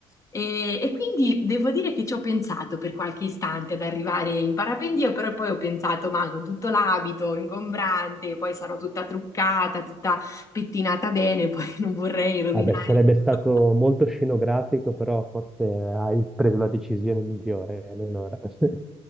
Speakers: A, on the left; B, in the centre.
A: E, e quindi devo dire che ci ho pensato per qualche istante ad arrivare in parapendio, però poi ho pensato, ma con tutto l'abito ingombrante, poi sarò tutta truccata, pettinata bene, <laughs> poi non vorrei rovinare.
B: Vabbè, sarebbe stato
A: tutto.
B: molto scenografico, però forse hai preso la decisione migliore, Eleonora, <laughs>